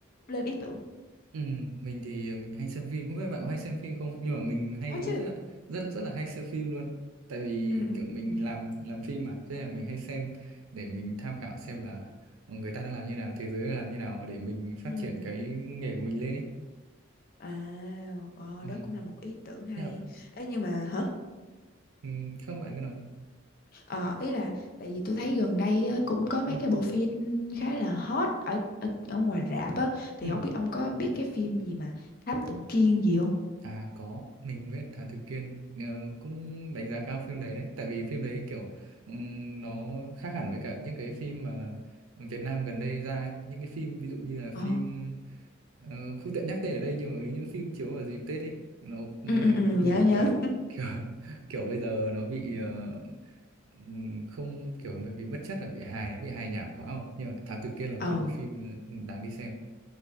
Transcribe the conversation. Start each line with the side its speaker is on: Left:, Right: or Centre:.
Left: lên ý tưởng
Right: ừ, mình thì mình hay xem phim không biết bạn có hay xem phim không nhưng mà mình hay
Left: có chứ
Right: rất rất rất là hay xem phim luôn tại vì
Left: ừ ừ
Right: kiểu
Left: ừ
Right: mình
Left: ừ
Right: làm làm phim mà thế là mình hay xem để mình tham khảo xem là người ta đang làm như nào thế giới đang làm như nào để mình phát
Left: Ừ.
Right: triển cái nghề của mình lên ấy
Left: à ờ,
Right: ừ.
Left: đó cũng là một ý tưởng hay
Right: Nhưng mà,
Left: Ê, nhưng mà hả
Right: ừ, không bạn cứ nói đi
Left: Ờ, ý là tại vì tôi thấy gần đây á, cũng có mấy
Right: ừ.
Left: cái bộ phim khá là hot ở ở, ở ngoài rạp á thì
Right: Ừ.
Left: không biết ông có biết cái phim gì mà Thám Tử Kiên gì không?
Right: À có, mình biết Thám Tử Kiên ờ, cũng đánh giá cao phim đấy đấy, tại vì phim đấy kiểu ừm, nó khác hẳn với cả những cái phim mà Việt Nam gần đây ra ấy. Những cái phim ví dụ như là
Left: Ờ.
Right: phim ờ, không tiện nhắc tên ở đây nhưng mà những phim chiếu vào dịp Tết ấy, nó ừm,
Left: Ừ ừ ừ nhớ
Right: biểu
Left: nhớ.
Right: kiểu kiểu <laughs> kiểu bây giờ nó bị ờ, ừm, không kiểu bị mất chất là bị hài nó bị hài nhảm quá không? Nhưng mà Thám Tử Kiên là một
Left: Ừ.
Right: bộ phim đáng đi xem.